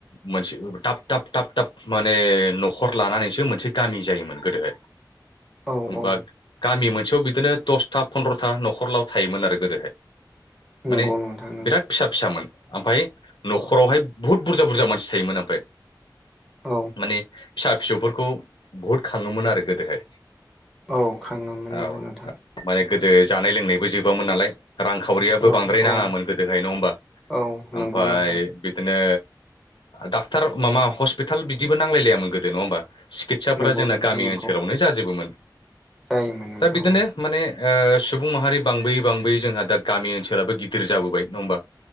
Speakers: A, on the left; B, in the centre.
A: मोनसे थाब थाब थाब माने न'खर लानानैसो मोनसे गामि जायोमोन गोदोहाय
B: औ औ
A: बाद बे मोनसेयाव बिदिनो दसथा फन्द्र'था न'खरलाव थायोमोन आरो गोदोहाय माने
B: नंगौ नोंथां नंगौ
A: बिराद फिसा फिसामोन ओमफ्राय न'खरावहाय
B: औ
A: बुहुद बुरजा बुरजा मानसि थायोमोन ओमफ्राय
B: औ
A: माने फिसा फिसौ फोरखौ बुहुद खाङोमोन आरो गोदोहाय
B: औ खाङोमोन
A: औ
B: नंगौ नोंथां
A: माने गोदो जानाय लोंनायबो जोबामोन नालाय रांखावरियाबो
B: औ
A: बांद्राय नाङामोन
B: औ
A: गोदोहाय नङा होमबा
B: औ
A: ओमफाय
B: नंगौ नोंथां
A: बिदिनो डाक्टार माबा हस्पिताल बिदिबो नांलायलायामोन गोदो नङा होमबा सिकितसाफोरा
B: नंगौ
A: जोंना
B: नोंथां
A: गामि
B: नोंगौ
A: ओनसोलावनो जाजोबोमोन
B: जायोमोन नोंथां
A: दा बिदिनो
B: औ
A: माने ओ सुबुं माहारि बांबोयै बांबोयै जोंहा दा गामि ओनसोबो गिदिर जाबोबाय नङा होमबा